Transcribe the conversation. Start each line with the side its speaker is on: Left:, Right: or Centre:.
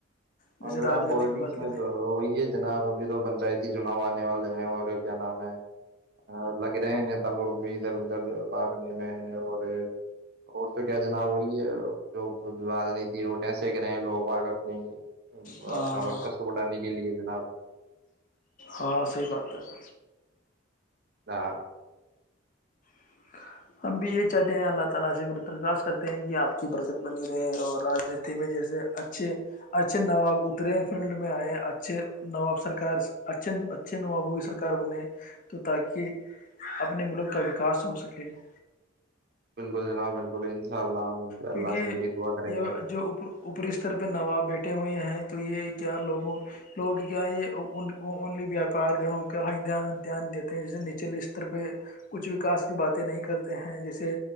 Left: جیسے
Right: اور جناب
Left: راجنیتی
Right: پالیٹکس
Left: کی بات
Right: میں
Left: کریں
Right: تو وہی ہے جناب ابھی تو پنچایت چناؤ آنے والے ہیں اور کیا نام ہے لگ رہے ہیں نیتا لوگ بھی ادھر ادھر بھاگنے میں اور اور تو کیا جناب وہی ہے جو رانیتی روٹیں سک رہے ہیں لوگ باگ اپنی ا
Left: ہاں
Right: اپنا ورچ <unintelligible> ہ س بڑانے کے لیے جناب
Left: ہاں صحیح بات ہے
Right: ہاں
Left: <unintelligible> سو سکے <inaudible>
Right: بالکل جناب بالکل اللہ ہم
Left: کیونکہ
Right: اللہ سے یہی دعا کریں
Left: یہ
Right: گے
Left: جو اوپری استر پہ نواب بیٹے ٹے ہوئے ہیں تو یہ کیا لوگوں لوگ کیا یہ الی ویاپار گنوں کا دھیان دیتے ہیں جیسے نچلے استر پہ کچھ وکاس کی باتیں نہیں کرتے ہیں جیسے